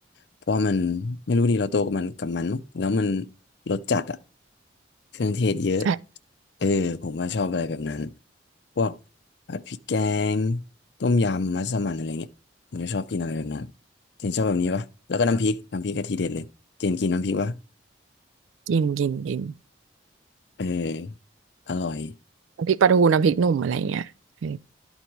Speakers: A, on the left; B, on the right.
A: เพราะว่ามันไม่รู้ดีเราโตกับมันกับมันมั้งแล้วมันรสจัดอะเครื่องเทศเยอะ
B: ใช่
A: เออผมว่าชอบอะไรแบบนั้นพวกผัดพริกแกงต้มยำมัสมั่นอะไรเงี้ยผมจะชอบกินอะไรแบบนั้นเจนชอบแบบนี้ปะแล้วก็น้ำพริกน้ำพริกกะทีเด็ดเลยเจนกินน้ำพริกปะ
B: กินกินกิน
A: เอออร่อย
B: น้ำพริกปลาทูน้ำพริกหนุ่มอะไรเงี้ยเออ